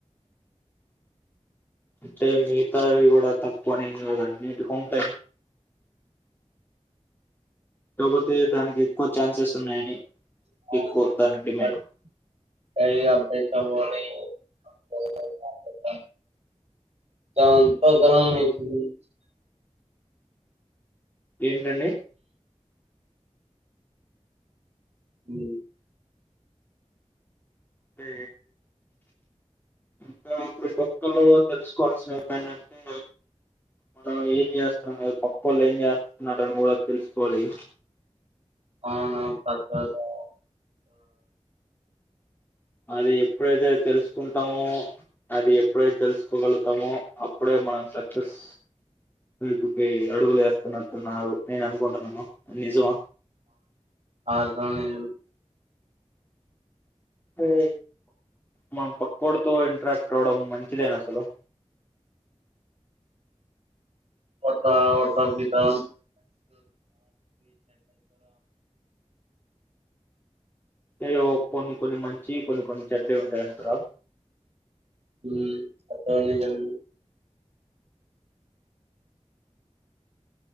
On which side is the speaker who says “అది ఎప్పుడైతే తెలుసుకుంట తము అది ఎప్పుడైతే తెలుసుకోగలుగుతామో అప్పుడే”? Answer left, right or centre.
Left